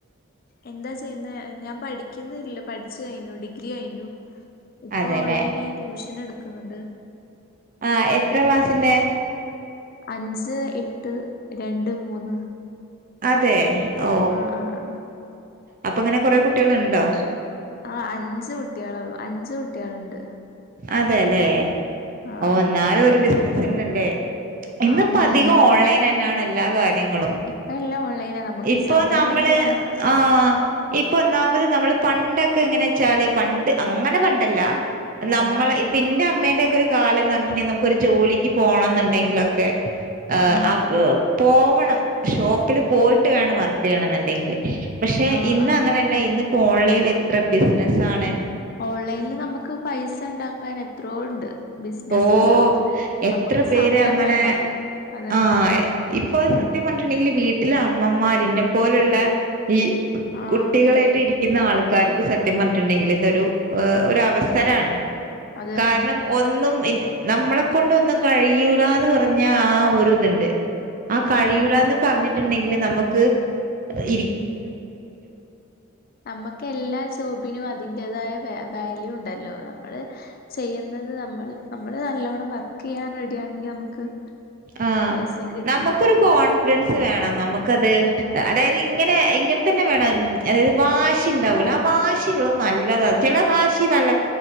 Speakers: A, on the left; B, on the right.
A: എന്താ ചെയ്യുന്ന ഞാൻ പഠിക്കുന്നില്ല പഠിച്ചു കഴിഞ്ഞു ഡിഗ്രി കഴിഞ്ഞു ഇപ്പൊ
B: അതെല്ലേ
A: ഓൺലൈൻ ആയി ട്യൂഷൻ എടുക്കുന്നുണ്ട്
B: ആ എത്ര ക്ലാസ്സിന്റെ
A: അഞ്ച് എട്ട് രണ്ട് മൂന്ന്
B: അതെ ഓ
A: ആ ആ ആ ആ
B: അപ്പൊ അങ്ങനെ കൊറെ കുട്ടികൾ ഉണ്ടോ
A: ആ അഞ്ചു കുട്ടികളേള്ളു അഞ്ചു കുട്ടികളുണ്ട്
B: അതെല്ലെ
A: ആഹ്
B: ഓ ഒന്നാലും ഒരു ബിസിനാസ്ന്നല്ലേ ഇന്നിപ്പോ
A: ആഹ് അത്
B: അധികം
A: തന്നെ
B: ഓൺലൈൻ തന്നെയാണ് എല്ലാ കാര്യങ്ങളും
A: ഇപ്പ എല്ലാം ഓൺലൈനാ നമുക്ക്
B: ഇപ്പൊ
A: സമയം
B: നമ്മള്
A: ഉണ്ടെങ്കി നമുക്ക്
B: ആ ഇപ്പൊ ഒന്നാമത് നമ്മള് പണ്ടൊക്കെ എങ്ങനെ വെച്ചാല് പണ്ട് അങ്ങനെ പണ്ടല്ല നമ്മളെ
A: ആഹ്
B: പിന്റെ അമ്മ ഒരു കാലം എന്താ പറഞ്ഞിട്ടുണ്ടെങ്കിൽ നമുക്കൊരു ജോലിക്ക് പോണംന്നുണ്ടെങ്കിലൊക്കെ ആ
A: ആഹ്
B: ആ് പോവണം ഷോപ്പില് പോയിട്ട് വേണം വർക്ക് ചെയ്യണ എന്നുണ്ടെങ്കില് പക്ഷെ
A: ആഹ്
B: ഇന്ന്
A: ആഹ്
B: അങ്ങനെല്ല ഇന്ന്പ്പോ ഓൺലൈൽ എത്ര ബിസിനസ് ആണ്
A: ഓൺലൈനില് നമുക്ക് പൈസ ഉണ്ടാക്കാൻ എത്രയൊ ഉണ്ട് ബിസിനസ്
B: ഓ
A: എല്ലാം
B: എത്ര
A: നമുക്ക്
B: പേര്
A: സമയം
B: അങ്ങനെ
A: മതി അതന്നെ
B: ആ ഇപ്പൊ സത്യം പറഞ്ഞട്ടുണ്ടെിൽ വീ അമ്മമാര് ഇന്നേ പോലുള്ള ഈ
A: ആഹ്
B: കുട്ടികളായിട്ട് ഇരിക്കുന്ന ആൾ ക്കാർക്ക് സത്യം പറഞ്ഞിട്ടുണ്ടെങ്കിൽ ഇതൊരു ഒരു അവസരാണ്
A: അതന്നെ
B: കാരണം ഒന്നും നമ്മളെ കൊണ്ടൊന്നും കഴിയൂലന്ന് പറഞ്ഞ ആ ഒരു ഇതുണ്ട് ആ കഴിയൂലന്ന്
A: ആഹ്
B: പറഞ്ഞിട്ടുണ്ടെങ്കിൽ നമുക്ക് ഇ
A: നമ്മുക്ക് എല്ലാ ജോബിനും അതിന്റെതായ വാല്യൂ ഉണ്ടല്ലോ നമ്മള് ചെയ്യുന്നത് നമ്മൾ നമ്മള് നല്ലവണം വർക്ക് ചെയ്യാനട ണെങ്കിൽ നമുക്ക് <unintelligible>
B: ആ
A: പൈസയും കിട്ടും
B: നമുക്കൊരു കോൺഫിഡൻസ് വേണം നമുക്കത്
A: അതന്നെ
B: അതായത് ഇങ്ങനെ ഇങ്ങനെ തന്നെ വേണം അതായത് വാശ ഉണ്ടാവൂല ആ ഭാശ ഉുള്ളത് നല്ലതാണ് ചില ഭാല്ല നല്ല